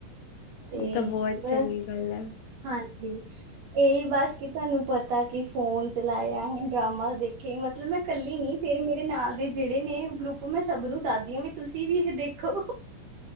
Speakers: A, on the right; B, on the left.
A: ਤੇ
B: ਇਹ ਤਾਂ ਬਹੁਤ
A: ਬ
B: ਚੰਗੀ ਗੱਲ ਹੈ।
A: ਹਾਂਜੀ, ਏਹੀ ਬਸ ਕੀ ਤੁਆਨੂੰ ਪਤਾ ਕਿ ਫੋਨ ਚਲਾਇਆ, ਡਰਾਮਾ ਦੇਖ ਕਿ ਮਤਲਬ ਮੈਂ ਕੱਲੀ ਨੀ ਫੇਰ ਮੇਰੇ ਨਾਲ ਦੇ ਜੇੜੇ ਨੇ ਗਰੁੱਪ ਮੈਂ ਸਭ ਨੂੰ ਦਾਦੀ ਆਂ ਵੀ ਤੁਸੀਂ ਵੀ ਇਹ ਦੇਖੋ।